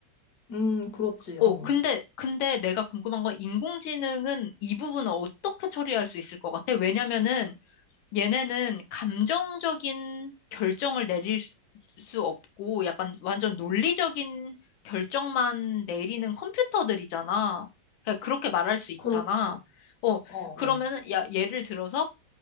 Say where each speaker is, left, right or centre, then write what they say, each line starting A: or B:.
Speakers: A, on the left (about 60°); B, on the left (about 90°).
A: 음, 그렇지.
B: 어,
A: 어.
B: 근데, 근데 내가 궁금한 건 인공지능은 이 부분을 어떻게 처리할 수 있을 것 같아? 왜냐면은 얘네는 감정적인 결정을 내릴 수 수 없고 약간 완전 논리적인 결정만 내리는 컴퓨터들이잖아. 그냥 그렇게 말할 수 있잖아.
A: 그렇지.
B: 어,
A: 어,
B: 그러면은,
A: 어.
B: 야, 예를 들어서